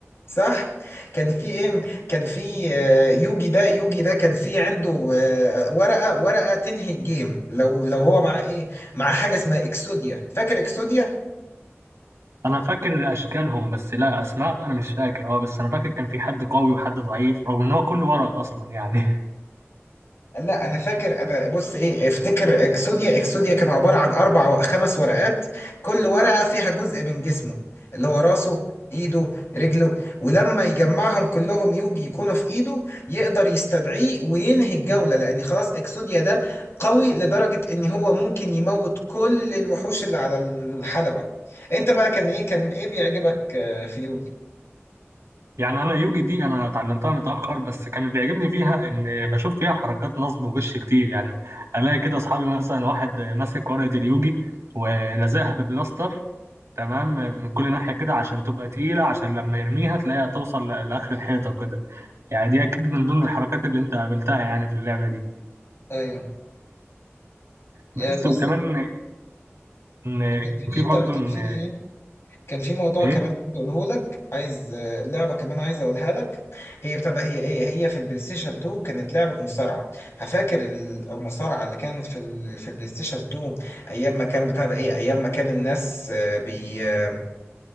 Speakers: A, on the left; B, on the right.
A: صح كان في ايه كان في آه، يوجي ده يوجي ده كان في عنده آه، ورقة ورقة تنهي الجيم لو لو هو مع ايه مع حاجة اسمها اكسوديا فاكر اكسوديا
B: أنا فاكر أشكالهم بس لا أسماء أنا مش فاكر أه بس أنا فاكر كان في حد قوي وحد ضعيف رغم إن هو كله ورق أصلا يعني
A: لا انا فاكر انا بص ايه افتكر اكسوديا اكسوديا كان عباره عن اربع وخمس ورقات كل ورقه فيها جزء من جسمه اللي هو راسه ايده رجله ولما يجمعهم كلهم يوجي يكونوا في ايده يقدر يستدعيه وينهي الجوله لان خلاص اكسوديا ده قوي لدرجه ان هو ممكن يموت كل الوحوش اللي على الحلبه انت بقى كان ايه كان ايه بيعجبك آه، في يوجي
B: <laughs> يعني أنا اليوجي دي أنا اتعلمتها متأخر بس كان اللي بيعجبني فيها إن بشوف فيها حركات نصب وغش كتير يعني ألاقي كده أصحابي مثلا واحد ماسك ورقة اليوجي ولزقها ببلاستر تمام من كل ناحية كده عشان تبقى تقيلة عشان لما يرميها تلاقيها توصل ل- لآخر الحيطة كده يعني دي اكيد من ضمن الحركات اللي انت قابلتها يعني في اللعبه دي
A: ايوه يا
B: بس
A: بص
B: وكمان ان
A: كان
B: كان
A: في
B: في برضو
A: بتاع ده، كان
B: ان
A: في إيه؟ كان في موضوع
B: ايه
A: كمان عايز اقوله لك عايز آه، لعبه كمان عايز اقولها لك هي بتبقى هي ايه هي في البلاي ستيشن 2 كانت لعبه مصارعه هفاكر ال- المصارعه اللي كانت في ال- في البلاي ستيشن 2 ايام ما كان بتاع ده ايه ايام ما كان الناس آه، بي آه،